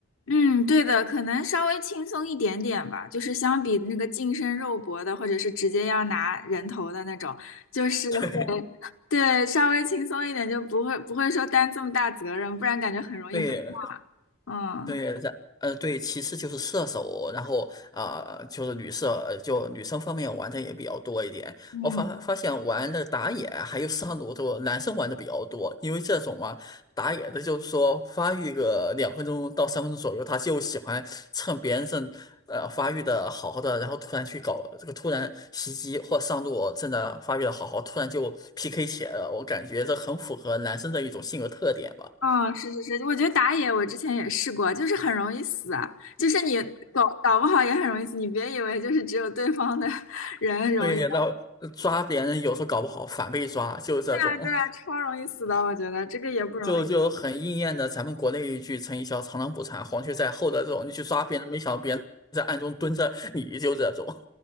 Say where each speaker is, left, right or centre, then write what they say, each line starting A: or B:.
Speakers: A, on the left; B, on the left.
A: 嗯，对的，可能稍微轻松一点点吧，就是相比那个近身肉搏的，或者是直接要拿人头的那种，就是会，
B: <laughs> 对
A: <laughs> 对，稍微轻松一点，就不会不会说担这么大责任，不然感觉很容易被骂。
B: 对。
A: 嗯
B: 对，然呃对，其次就是射手，然后啊、呃就是女射，呃就女生方面玩的也比较多一点。
A: 嗯，
B: 我发发现玩的打野还有上路都男生玩的比较多，因为这种嘛，打野的就是说发育个两分钟到三分钟左右，他就喜欢趁别人正呃发育的好好的，然后突然去搞这个突然袭击或上路正在发育的好好，突然就 PK 起来了。我感觉这很符合男生的一种性格特点吧。
A: 哦，是是是，我觉得打野我之前也试过，就是很容易死啊，就是你搞搞不好也很容易死，你别以为就是只有对方的 <laughs> 人容易，
B: 对，
A: 对
B: 然后呃抓别人有时候搞不好反被抓，就是这种，
A: 啊对啊，超容易死的，我觉得这个也不容易。
B: 就就很应验的咱们国内一句成语叫“螳螂捕蝉，黄雀在后”的这种，你去抓别人，没想到别人在暗中蹲着你，就这种。